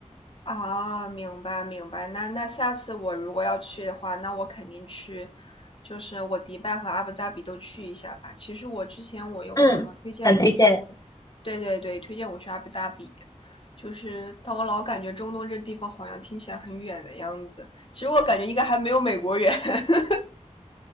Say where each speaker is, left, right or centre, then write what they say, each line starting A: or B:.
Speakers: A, on the left; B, on the left.
A: 啊，明白明白。那那下次我如果要去的话，那我肯定去，就是我迪拜和阿布扎比都去一下吧。其实我之前我有朋友推荐我去那，
B: 嗯，很推荐。
A: 对对对，推荐我去阿布扎比，就是但我老感觉中东这地方好像听起来很远的样子，其实我感觉应该还没有美国远。<laughs>